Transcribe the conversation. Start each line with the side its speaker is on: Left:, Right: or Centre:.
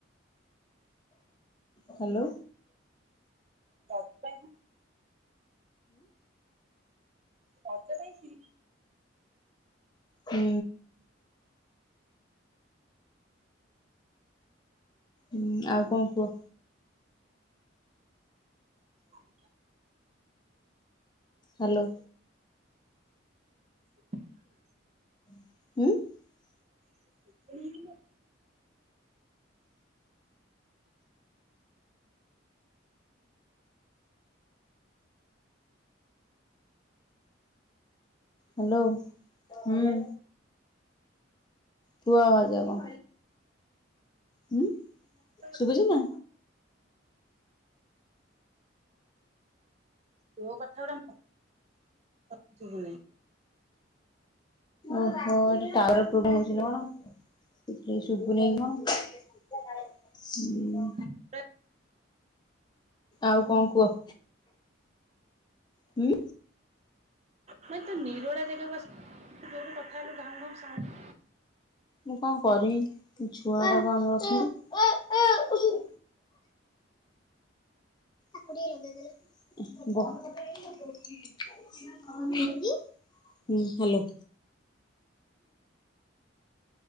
Left: ହାଲୋ।
Right: ରଜ ପାଇଁ ରଜ ପାଇଁ ଖି
Left: ହୁଁ। ହୁଁ ଆଉ କଁ କୁହ।
Right: ଆଜ୍ଞା।
Left: ହାଲୋ।
Right: ଶୁଭୁନି କି
Left: <unintelligible>
Right: ଶୁଭୁନି କି?
Left: ହାଲୋ, ହୁଁ। କୁହ ଭାଉଜ କଣ? ହୁଁ
Right: ହ୍ୟାଲୋ।
Left: ଶୁଭୁଚି ନା?
Right: ତୋ କଥା ଗୁଡା ମୋତେ ଶୁଭୁନି।
Left: ଓହୋ ଟାୱାର୍ ପ୍ରୋବେଲେମ୍ ହୋଉଛି ନା କଣ। କେହି ଶୁଭୁନେଇ କଣ। କଁ ଖାଇବ,
Right: ମତେ
Left: ଆଉ କଣ କୁହ। ହୁଁ
Right: ହୁଏତ ନିରୋଳା ଜାଗାକୁ ଯୋଉଠି କଥା ହେଲୁ ଘାଉ ଘାଉଁ ସାଉଣ୍ଡ୍
Left: ମୁଁ କଣ କରିବି ଛୁଆ ଗୁଡା ଆମର ଅଛନ୍ତି। <unintelligible> ହୁଁ ହାଲୋ।